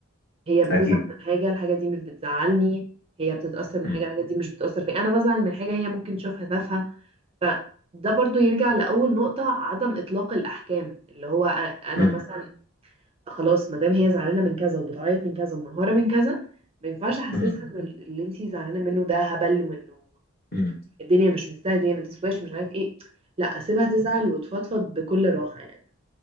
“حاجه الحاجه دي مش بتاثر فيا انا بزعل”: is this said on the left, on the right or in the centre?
Right